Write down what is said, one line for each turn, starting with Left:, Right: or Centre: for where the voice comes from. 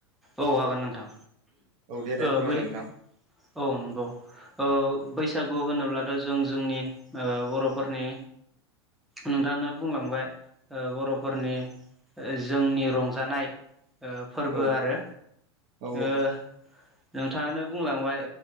Centre: औ हागोन नोंथां
Right: देलाय
Centre: औ
Right: फोरमायलाय
Centre: बै
Right: नोंथां
Centre: औ नंगौ ओ बैसागु होनोब्लाथ' जों जोंनि बर'फोरनि नोंथाङानो बुंलांबाय बर'फोरनि जोंनि रंजानाय फोरबो
Right: औ
Centre: आरो
Right: औ
Centre: ओ नोंथाङानो बुंलांबाय